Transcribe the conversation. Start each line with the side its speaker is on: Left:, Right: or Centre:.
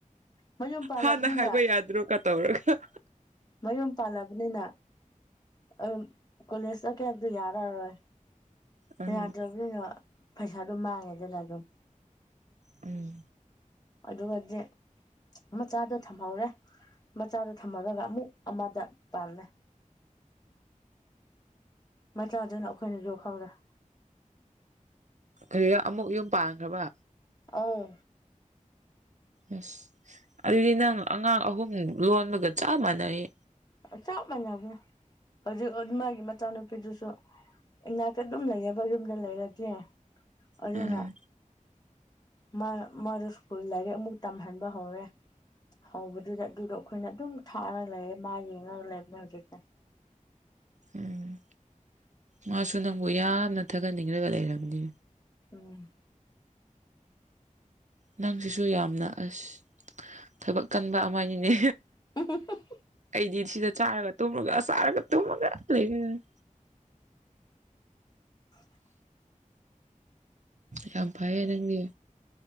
Left: ꯃꯌꯨꯝ ꯄꯥꯜꯂꯕꯅꯤꯅ
Right: ꯍꯥꯟꯅ ꯍꯥꯏꯕ ꯌꯥꯗ꯭ꯔꯣꯒ ꯇꯧꯔꯒ
Left: ꯃꯌꯨꯝ ꯄꯜꯂꯥꯕꯅꯤꯅ ꯑꯥꯝ ꯀꯣꯂꯦꯖ ꯆꯠꯀꯦ ꯍꯥꯏꯕꯗꯨ ꯌꯥꯔꯔꯣꯏ
Right: ꯎꯝ
Left: ꯌꯥꯗ꯭ꯔꯥꯕꯅꯤꯅ ꯄꯩꯁꯥꯗꯣ ꯃꯥꯡꯉꯦꯗꯅ ꯑꯗꯨꯝ
Right: ꯎꯝ
Left: ꯑꯗꯨꯒꯗꯤ ꯃꯆꯥꯗꯣ ꯊꯝꯍꯧꯔꯦ ꯃꯆꯥꯗꯣ ꯊꯝꯍꯧꯔꯒ ꯑꯃꯨꯛ ꯑꯃꯗ ꯄꯥꯜꯂꯦ ꯃꯆꯥꯗꯨꯅ ꯑꯩꯈꯣꯏꯅ ꯌꯣꯛꯍꯧꯔꯦ
Right: ꯀꯔꯤꯔ ꯑꯃꯨꯛ ꯌꯨꯝ ꯄꯥꯟꯈ꯭ꯔꯥꯕ
Left: ꯑꯥꯎ
Right: ꯑꯁ ꯑꯗꯨꯗꯤ ꯅꯪ ꯑꯉꯥꯡ ꯑꯍꯨꯝ ꯂꯣꯟꯕꯒ ꯆꯞ ꯃꯥꯟꯅꯔꯦ
Left: ꯆꯞ ꯃꯥꯟꯅꯕꯅꯦ ꯍꯧꯖꯤꯛ ꯃꯥꯒꯤ ꯃꯆꯥꯅꯨꯄꯤꯗꯨꯁꯨ ꯏꯅꯥꯛꯇ ꯑꯗꯨꯝ ꯂꯩꯌꯦꯕ ꯌꯨꯝꯗ ꯂꯩꯔꯗꯤ ꯑꯗꯨꯅ
Right: ꯎꯝ
Left: ꯃꯥ ꯃꯥꯗꯣ ꯁ꯭ꯀꯨꯜ ꯂꯥꯏꯔꯤꯛ ꯑꯃꯨꯛ ꯇꯝꯍꯟꯕ ꯍꯧꯔꯦ ꯍꯧꯕꯗꯨꯗ ꯑꯗꯨꯗꯣ ꯑꯩꯈꯣꯏꯅ ꯑꯗꯨꯝ ꯊꯥꯔꯒ ꯂꯩꯔꯦ ꯃꯥ ꯌꯦꯡꯉꯒ ꯂꯩꯕꯅꯦ ꯍꯧꯖꯤꯛꯁꯦ
Right: ꯎꯝ ꯃꯥꯁꯨ ꯅꯪꯕꯨ ꯌꯥꯝꯅ ꯊꯥꯒꯠꯅꯤꯡꯂꯒ ꯂꯩꯔꯕꯅꯤ
Left: ꯎꯝ꯫
Right: ꯅꯪꯁꯤꯁꯨ ꯌꯥꯝꯅ ꯑꯁ ꯊꯕꯛ ꯀꯟꯕ ꯑꯃꯅꯤꯅꯦ
Left: <inaudible>
Right: ꯑꯩꯗꯤ ꯁꯤꯗ ꯆꯥꯔꯒ ꯇꯨꯝꯃꯒ ꯑꯁ ꯆꯥꯔꯒ ꯇꯨꯝꯃꯒ ꯂꯩꯕ ꯅꯨꯡꯉꯥꯏ
Left: <inaudible>
Right: ꯌꯥꯝ ꯐꯩꯌꯦ ꯅꯪꯗꯤ꯫